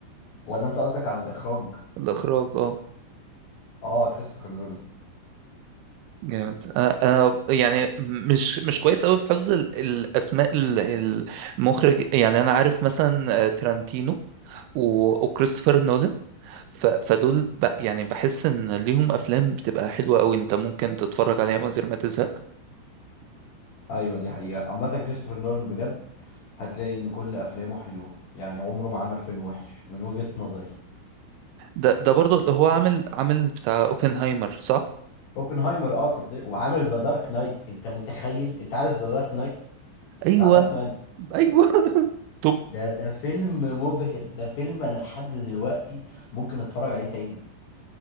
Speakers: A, on the left (about 65°); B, on the right (about 85°).
A: ولا انت قصدك على الاخراج
B: الاخراج اه
A: اه كريستوفر نولان
B: جامد انا انا يعني مش مش كويس قوي في حفظ ال- الاسماء ال- المخرج يعني انا عارف مثلا آه، ترانتينو و- وكريستوفر نولان ف... فدول ب... يعني بحس ان ليهم افلام بتبقى حلوه قوي انت ممكن تتفرج عليها من غير ما تزهق
A: ايوه دي حقيقة عامة كريستوفر نولان بجد هتلاقي ان كل افلامه حلوة يعني عمره ما عمل فيلم وحش من وجهة نظري
B: ده ده برضو اللي هو عامل عامل بتاع اوبنهايمر صح
A: اوبنهايمر اه كنت وعامل ذا دارك نايت انت متخيل انت عارف ذا دارك نايت
B: ايوه
A: بتاع باتمان
B: ايوه <laughs> طب
A: ده ده فيلم مبهر ده فيلم انا لحد دلوقتي ممكن اتفرج عليه تاني